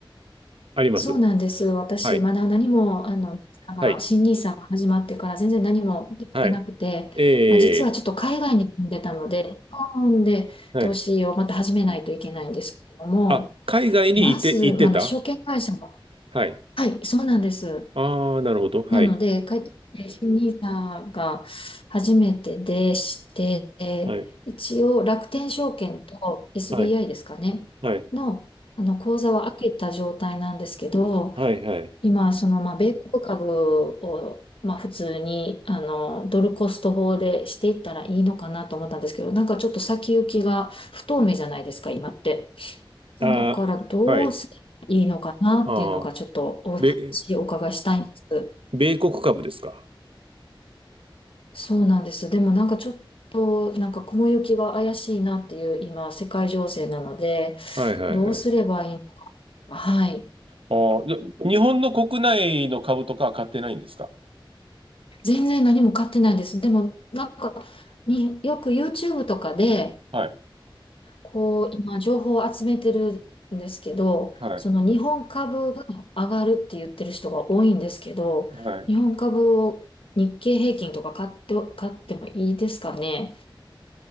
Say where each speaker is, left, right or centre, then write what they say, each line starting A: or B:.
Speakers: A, on the right; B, on the left.
A: あります。
B: そうなんです。私、
A: はい。
B: まだ何も、あの、まあ新
A: はい。
B: n i s が始まってから全然何もできてなくて、
A: はい。え
B: まあ、実はちょっと海外に住んでたので、日本で投資をまた始めないといけないんですけれども、
A: ー、はい。あ、海外にいて、
B: まず、
A: 行ってた
B: まあ、あの証券会社の、
A: はい。
B: はい、そうなんです。
A: ああ、なるほど。はい。
B: なので、帰ってきて、新 n さんが初めてでして、
A: はい。
B: 一応楽天証券と SBI
A: はい。
B: ですかね、
A: はい。
B: の、あの口座は開けた状態なんですけど、
A: はい。はい。
B: 今、その、まあ、米国株を、まあ、普通に、あの、ドルコスト法でしていったらいいのかなと思ったんですけど、なんかちょっと先行きが不透明じゃないですか、今って。
A: あ
B: だから、どうすればいいのかなっていうのが、
A: ー、はい。ああ、
B: ちょっとお話をお伺いしたいんです。
A: 米、米国株ですか
B: そうなんです。でも、なんかちょっと、なんか雲行きが怪しいなっていう、今、世界情勢なので、
A: はい。はい。
B: どうすればいいのか。
A: はい。
B: はい。
A: ああ、で日本の国内の株とかは買ってないんですか
B: 全然何も買ってないです。でも、なんか、によく YouTube とかで、
A: はい。
B: こう、今、情報を集めてるんですけど、
A: はい。
B: その日本株が上がるって言ってる人が多いんですけど、
A: はい。
B: 日本株を日経平均とか買って、買ってもいいですかね。